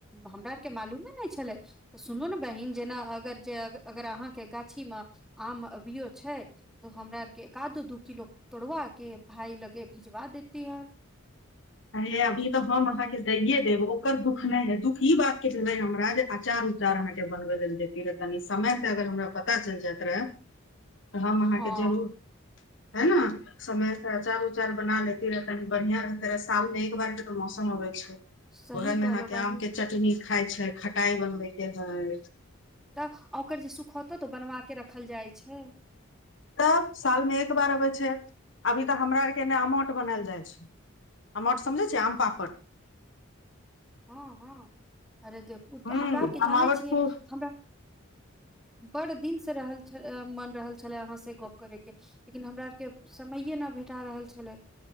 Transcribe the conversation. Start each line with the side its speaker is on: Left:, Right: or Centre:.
Centre: हमरा आरके मालूमे नय छलै तऽ सुनू ने बहिन जेना अगर जे अगर अहाँकेँ गाछी मऽ आम अभियो छै। तो हमरा आरके एका आदो दू किलो तोड़वा केँ भााय लगे भिजवा देती हन
Left: हाय यै अभी तऽ हम अहाँकेँ दइये देब ओकर दुःख नय है दुःख ई बात केँ भेल हमरा जे अचार। चार आहाँकेँ बनबै लेल देती रहै तनी समय कऽ अगर हमरा पता चैल जायइ रहै। तऽ हम
Centre: हँ
Left: अहाँके जरूर हे ने समय से अचार उचार बना लेती रहै तनी बढ़िया रह फेर साल मे एक बार जकर मौसम अबे छै
Centre: सही
Left: ओहे मे
Centre: कहलो
Left: अहां के
Centre: बहिन
Left: आम के चट नी खाइ छै खटाइ बनबेके हैय
Centre: तऽ ओकर जे सुखोतो त ओ बनवा के रखल जाइत छै
Left: तऽ साल मे एक बार अबै छै अभी तऽ हमरा आर के ने आमठ बनाल जाइ छैय आमठ समझै छ आम पापड़
Centre: हँ हँ अरे देखू
Left: हूँ
Centre: हमरा आरके
Left: अमावट
Centre: जानै छियै
Left: खूब
Centre: हमरा बढ़ दिन से रहल छल मन रहल छलए हाँ से गप करैके लेकिन हमरा आरके समैए नय भेटा रहल छलै